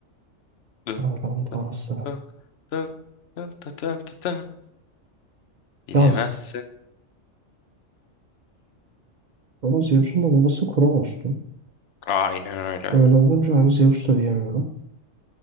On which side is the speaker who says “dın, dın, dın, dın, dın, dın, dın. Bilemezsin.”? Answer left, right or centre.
Left